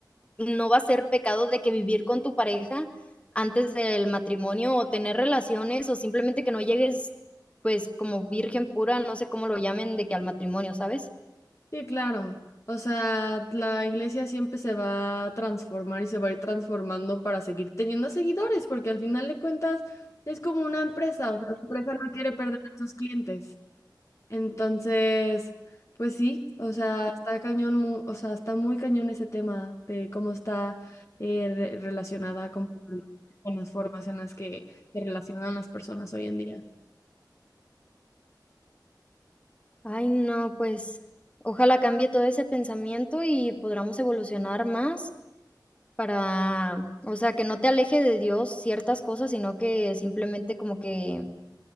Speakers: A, on the left; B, on the left.
A: no va a ser pecado de que vivir con tu pareja antes del matrimonio o tener relaciones o simplemente que no llegues pues como virgen pura, no sé cómo lo llamen, de que al matrimonio, ¿sabes?
B: Sí, claro. O sea, la iglesia siempre se va a transformar y se va a ir transformando para seguir teniendo seguidores, porque al final de cuentas es como una empresa, o sea, la empresa no quiere perder a sus clientes. Entonces, pues sí, o sea, está cañón, mu- o sea, está muy cañón ese tema de cómo está eh, re- relacionada como con las formas en las que se relacionan las personas hoy en día.
A: Ay, no, pues ojalá cambie todo ese pensamiento y podamos evolucionar más para, o sea, que no te aleje de Dios ciertas cosas, sino que simplemente como que